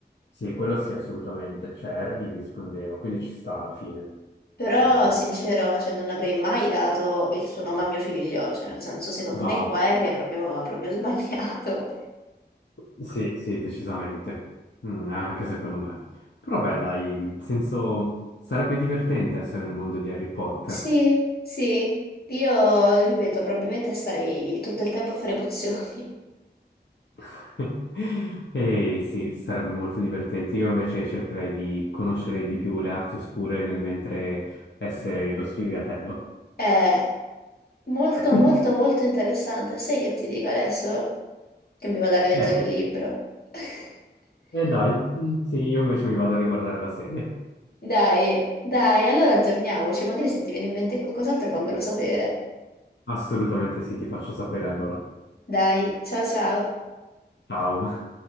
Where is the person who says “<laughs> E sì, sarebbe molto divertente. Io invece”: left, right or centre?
Left